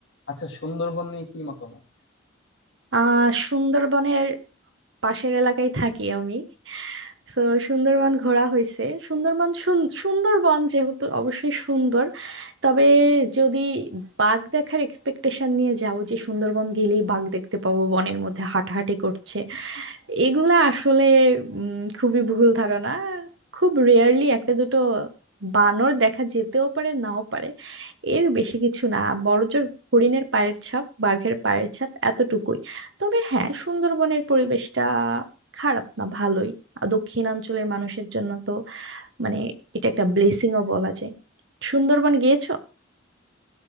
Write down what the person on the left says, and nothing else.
আচ্ছা সুন্দরবন নিয়ে কি মতামত